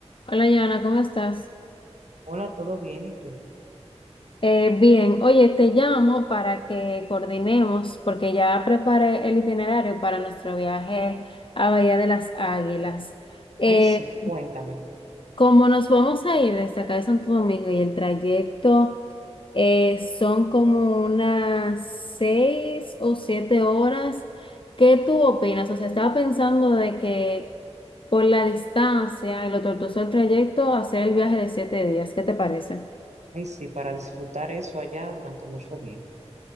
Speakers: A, on the left; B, on the right.
A: Hola, Joana, ¿cómo estás?
B: Hola, ¿todo bien? ¿Y tú?
A: Eh, bien, oye, te llamo para que coordinemos porque ya preparé el itinerario para nuestro viaje a Bahía de las Águilas. Eh,
B: Ay, sí, cuéntame.
A: como nos vamos a ir desde acá de Santo Domingo y el trayecto eh, son como unas seis o siete horas, ¿qué tú opinas? O sea, estaba pensando de que por la distancia y lo tortuoso del trayecto, hacer el viaje de siete días, ¿qué te parece?
B: Ay, sí, para disfrutar eso allá durante muchos días.